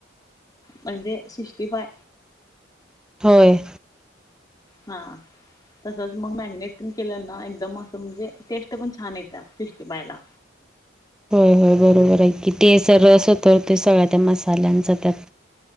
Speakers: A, on the left; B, in the centre.
A: म्हणजे सिक्स्टी फाय
B: होय.
A: हा. तसंच मग मॅगिनेट पण केलं ना एकदम असं म्हणजे टेस्ट पण छान य त्या सिक्स्टी फाय ला.
B: होय होय बरोबर आहे कि ते स रस होतो त सगळ्या त्या मसाल्यांचा त्यात